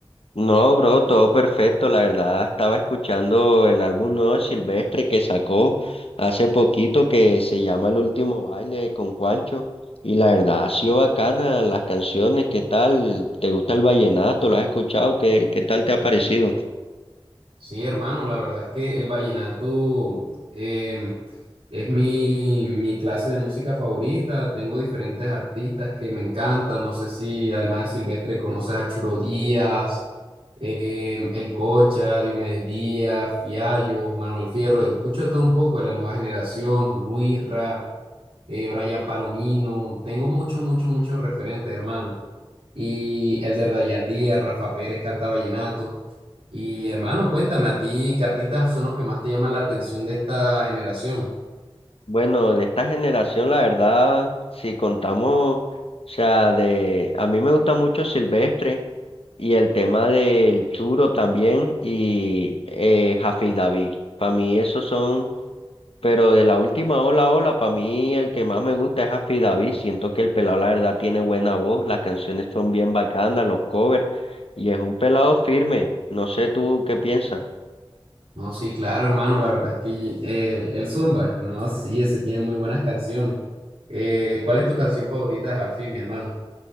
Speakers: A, on the left; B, on the right.
A: No, bro, todo perfecto. La verdad, estaba escuchando el álbum nuevo de Silvestre que sacó hace poquito que se llama El Último Baile con Juancho. Y la verdad, ha sido bacana las canciones. ¿Qué tal? ¿Te gusta el vallenato? ¿Lo has escuchado? ¿Qué, qué tal te ha parecido?
B: Sí, hermano, la verdad es que el vallenato em, es mi, mi clase de música favorita. Tengo diferentes artistas que me encantan. No sé si además de Silvestre conoces a Churo Díaz, em, El Cocha, Diomedes Díaz, Fiallo, Manuel Fierro. Escucho todo un poco de la nueva generación, Luisra. eh, Brian Palomino, tengo muchos, muchos, muchos referentes, hermano. Y el de Dayan Díaz, Rafa Pérez canta vallenato. Y hermano, cuéntame, ¿a ti qué artistas son los que más te llaman la atención de esta generación?
A: Bueno, de esta generación, la verdad, si contamos, o sea, de, a mí me gusta mucho Silvestre. Y el tema del Churo también y eh, David Para mí esos son, pero de la última ola, ola, para mí el que más me gusta es Hafiz David. Siento que el pelado la verdad tiene buena voz, las canciones son bien bacanas, los covers, y es un pelado firme. No sé tú qué piensas.
B: No, sí, claro, hermano, la verdad es que eh, el Zumba, no, sí, ese tiene muy buenas canciones. Eh, ¿cuál es tu canción favorita, Jafi, mi hermano?